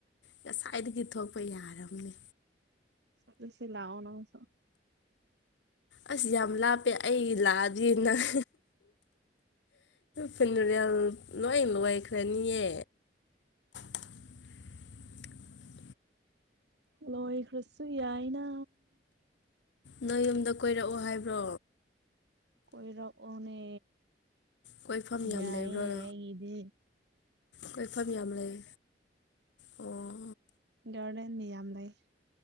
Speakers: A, on the left; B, on the right.
A: ꯉꯁꯥꯏꯗꯒꯤ ꯊꯣꯛꯄ ꯌꯥꯔꯕꯅꯤ
B: ꯆꯠꯂꯁꯤ ꯂꯥꯛꯑꯣ ꯅꯪꯁꯨ
A: ꯑꯁ ꯌꯥꯝ ꯂꯥꯞꯄꯦ ꯑꯩ ꯂꯥꯛꯑꯗꯤ ꯅꯪ ꯐꯤꯅꯨꯔꯦꯜ ꯂꯣꯏ ꯂꯣꯏꯈ꯭ꯔꯅꯤꯌꯦ <unintelligible>
B: ꯂꯣꯏꯈ꯭ꯔꯁꯨ ꯌꯥꯏꯅ
A: ꯅꯣꯏ ꯌꯨꯝꯗ ꯀꯣꯏꯔꯛꯎ ꯍꯥꯏꯕ꯭ꯔꯣ
B: ꯀꯣꯏꯔꯛꯑꯣꯅꯦ
A: ꯀꯣꯏꯐꯝ ꯌꯥꯝ
B: ꯌꯥꯏꯑꯌꯦ
A: ꯂꯩꯕ꯭ꯔꯣ
B: ꯑꯩꯒꯤꯗꯤ
A: ꯀꯣꯏꯐꯝ ꯌꯥꯝ ꯂꯩ ꯑꯣ
B: ꯒꯥꯔꯗꯦꯟꯗꯤ ꯌꯥꯝ ꯂꯩ